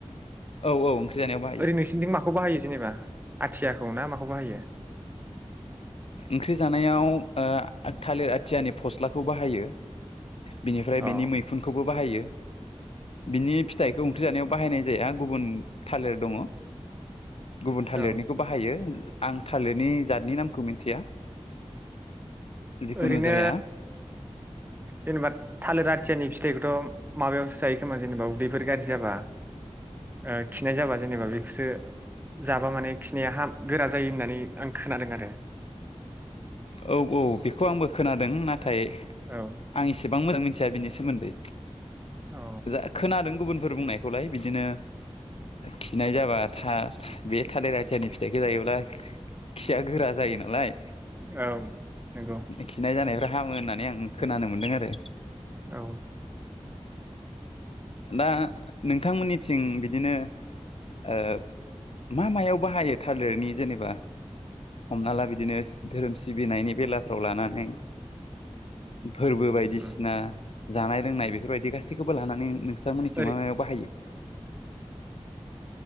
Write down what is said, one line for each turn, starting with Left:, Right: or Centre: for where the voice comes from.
Left: औ औ ओंख्रि जानायाव बाहायो
Right: ओरै नोंसिनथिं माखौ बाहायो जेनेबा? आथियाखौ ना माखौ बाहायो?
Left: ओंख्रि जानायाव ओ-थालिर आथियानि फस्लाखौ बाहायो। बिनिफ्राय
Right: अ
Left: बेनि मैखुनखौबो बाहायो। बिनि फिथाइखौ ओंख्रि जानायाव। बाहायनाय जाया गुबुन थालिर दङ। गुबुन थालिरनिखौ
Right: औ
Left: बाहायो। आं थालिरनि जातनि नाम खौ मिथिया। जिखुनु
Right: ओरैनो
Left: जाया
Right: जेनेबा थालिर आथियानि फिथाइखौथ'। माबायावसो जायो खोमा जेनेबा उदैफोर गाज्रि जाबा ओ-खिनाय जाबा जेनेबा बेखौसो जाबा माने खिनाया हामो गोरा जायो होननानै आं खोनादों आरो।
Left: औ औ बेखौ आंबो खोनादों नाथ <unintelligible>
Right: औ
Left: आं एसेबां मोजां मि थिया बिनि सोमोन्दै।
Right: औ
Left: जा खोनादों गुबुनफोर बुंनायखौलाय बिदिनो खिनाय जाबा था- बे थालिर आथियानि फिथाइखौ जायोब्ला खिया गोरा जायो नालाय।
Right: औ नंगौ।
Left: खिनाय जानायफ्रा हामो होननानै आं खोनानो मोन्दों आरो।
Right: औ।
Left: दा नोंथांमोननिथिं बिदिनो ओ-मा मायाव बाहायो थालिरनि जेनेबा हमना ला बिदिनो धोरोम सिबिनायनि बेलाफ्राव लानानै। फोरबो बायदिसिना।
Right: उम।
Left: जानाय लोंनाय बेफोरबायदि गासैखौबो लानानै नों। थांमोननिथिं
Right: ओरै
Left: मा मायाव बाहायो?